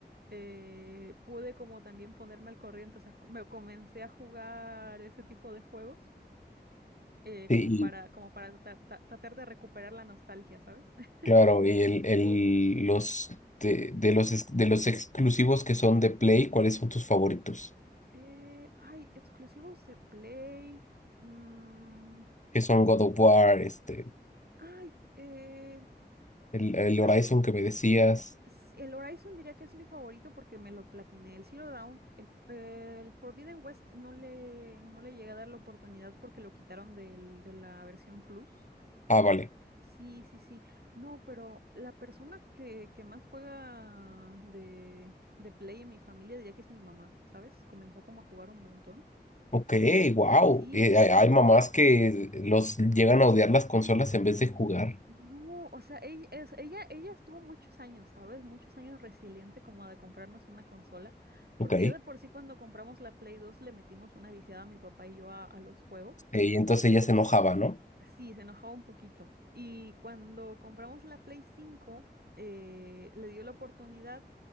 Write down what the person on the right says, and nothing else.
eh, pude como también ponerme al corriente, o sea, me comencé a jugar ese tipo de juegos, eh,
como para,
como para ta- ta- tratar de recuperar la nostalgia, ¿sabes? <laughs>
Eh, ay, exclusivos de Play. mm,
ay, eh,
pues
s- El Horizon diría que es mi favorito porque me lo platiné. El Zero Dawn, el, F- eh, el Forbidden West no le, no le llegué a dar la oportunidad porque lo quitaron del- de la versión Plus.
Sí, sí, sí. No, pero la persona que, que más juega de, de Play en mi familia diría que es mi mamá, ¿sabes? Comenzó como a jugar un montón.
Sí,
sí,
sí.
No, o sea, ella, es- ella, ella estuvo muchos años, ¿sabes? Muchos años resiliente como de comprarnos una consola, porque
ya de por sí cuando compramos la Play 2 le metimos una viciada a mi papá y yo a, a los juegos.
Pues sí, se enojaba un poquito. Y cuando compramos la Play 5 eh, le dio la oportunidad